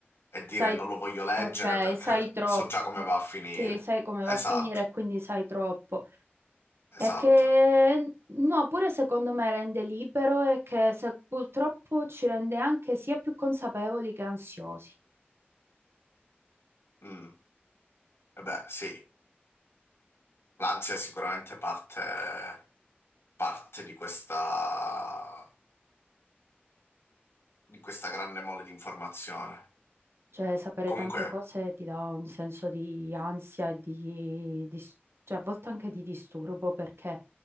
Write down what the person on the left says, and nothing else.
E dire
non lo voglio leggere
perché
so già come va a finire.
Esatto,
esatto.
Mm. E beh, sì, l'ansia è sicuramente parte parte di questa, di questa grande mole di informazione.
Comunque,